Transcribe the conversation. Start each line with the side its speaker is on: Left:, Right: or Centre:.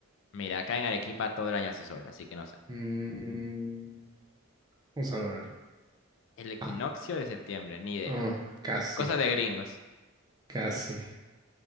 Left: mira, acá en Arequipa todo el año hace sol, así que no sé.
Right: mm, vamos a ver.
Left: El equinoccio
Right: Ah,
Left: de septiembre, ni idea.
Right: oh, casi,
Left: Cosa de gringos.
Right: casi.